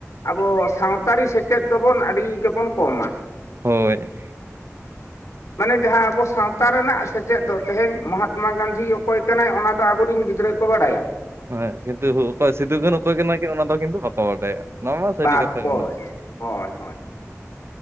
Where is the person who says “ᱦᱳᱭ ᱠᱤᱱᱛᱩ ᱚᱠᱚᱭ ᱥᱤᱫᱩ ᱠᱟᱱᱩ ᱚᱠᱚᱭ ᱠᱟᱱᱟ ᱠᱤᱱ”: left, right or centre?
Right